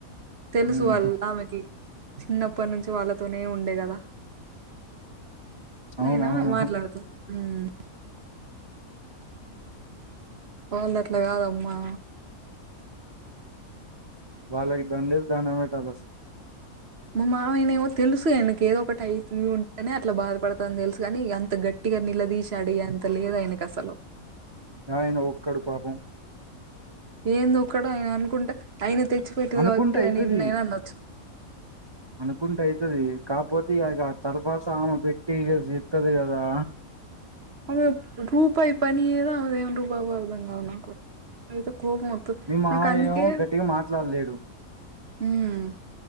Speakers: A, on the right (about 45°); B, on the right (about 25°).
A: తెలుసు
B: ఉమ్
A: వాళ్ళ ఆమెకి చిన్నప్పటి నుంచి వాళ్ళతోనే ఉండే కదా నేనా
B: అవునవును
A: మాట్లడుతది మ్ వాళ్లది అట్లా కాదమ్మా
B: వాళ్ళకి దండేసి దాండం పెట్టాలి అస
A: మా మామయ్య నేమో తెలుసు ఆయనకి ఏదో ఒకటి అయితు ఉంటేనే అట్లా బాధపడతా అని తెలుసు కానీ అంత గ ట్టిగా నిలదీసి అడిగే అంత లేదు ఆయనకు అసలు
B: ఆయన ఒక్కడు పాపం
A: ఏంది ఒక్కడు ఆయన అనుకుంటే ఆయన తెచ్చి పెట్టేది
B: అనుకుంటే
A: కాబట్టి
B: అయితది
A: ఆయన ఎన్నైనా అనొచ్చ
B: అనుకుంటే అయితది కాపోతే ఇగ ఆ తలు కోసం ఆమె పెట్టి ఇగ జిత్తది కదా
A: అమె రూపాయి పనిచేయదు ఆమెదేమో రుబాబు అర్థం కాదు నాకు నాకైతే కోపం వత్తు
B: మీ మామయ్య
A: నాకందుకే
B: ఏమో గట్టిగా మాట్లాడలేడు
A: ఉమ్మ్